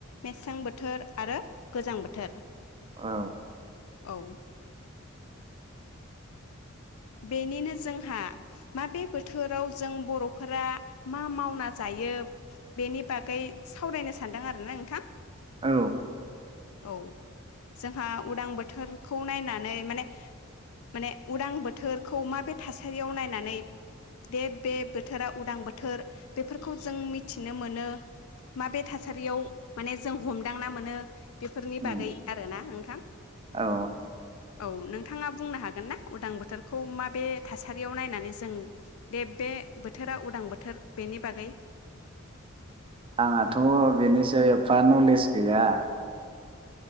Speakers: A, on the left; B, on the right.
A: मेसें बोथोर आरो गोजां बोथोर।
B: औ।
A: औ बेनिनो जोंहा माबे बोथोराव जों बर'फोरा मा मावना जायो बेनि बागै सावरायनो सानदों आरोना नोंथां।
B: औ
A: औ जोंहा उदां बोथोरखौ नायनानै माने माने उदां बो थोरखौ माबे थासारियाव नायनानै दे बे बोथोरा उदां बोथोर बेफोरखौ जों मिथिनो मोनो माबे थासारियाव माने जों हमदांना मोनो, बेफोरनि
B: उम
A: बागै आरो ना नोंथां
B: औ
A: औ नोंथाङा बुंनो हागोन ना? उदां बोथोर, खौ माबे थासारियाव नायनानै, जों दे बे बोथोरा उदां बोथोर बेनि बागै,
B: आंहाथ' बेनि सायाव एफा नलेज गैया